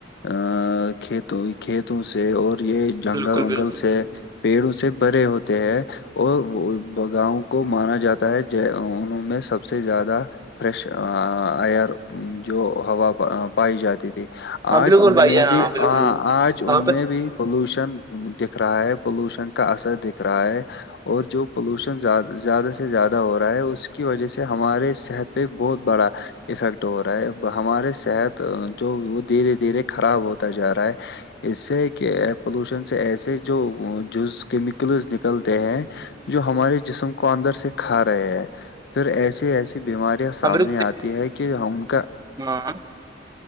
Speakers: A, on the left (about 60°); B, on the right (about 20°).
A: ا کھیتوں کھیتوں سے اور یہ
B: بالکل
A: جنگل ونگل
B: بالکل
A: سے پیڑ اس سے بھرے ہوتے ہیں اور ب گاؤ کو مانا جاتا ہے ج انوں میں سب سے زیادہ فریش ایئر جو ہوا پائی جاتی تھی
B: ہاں
A: آج
B: بالکل
A: ان
B: بھائی
A: میں
B: جان
A: بھی
B: ہاں بالکل
A: آج ان
B: ہاں
A: میں بھی پولوشن دکھ رہا ہے پولوشن کا اثر دکھ رہا ہے اور جو پولوشن زیادہ سے زیادہ ہو رہا ہے اس کی وجہ سے ہمارے صحت پہ بہت بڑا افیکٹ ہو رہا ہے ہمارے صحت جو وہ دھیرے دھیرے خراب ہوتا جا رہا ہے اس سے کہ پولوشن سے ایسے جو جز کیمیکلز نکلتے ہیں جو ہمارے جسم کو اندر سے کھا رہے ہیں پھر ایسی ایسی بیماری
B: بالکل،
A: سامنے آتی ہے کہ ان کا
B: ہاں